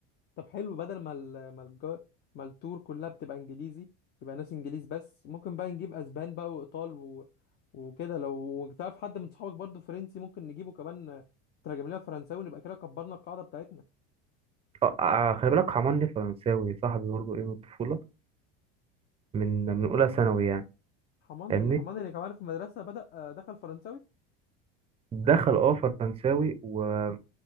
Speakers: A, on the left; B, on the right.
A: طب حلو بدل ما ال... ما الج... ما التور كلها بتبقى انجليزي يبقى ناس انجليز بس ممكن بقى نجيب اسبان بقى وايطال و... وكده لو تعرف حد من صحابك برضو فرنسي ممكن نجيبه كمان ترجم لنا فرنساوي ونبقى كده كبرنا القاعده بتاعتنا
B: اه آه، خلي بالك حماني فرنساوي صاحبي برضه ايه من الطفوله من من اولى ثانوي يعني
A: حماني
B: فاهمني
A: حماني اللي كمان في المدرسه بدأ آه، دخل فرنساوي
B: دخل اه فرنساوي وانا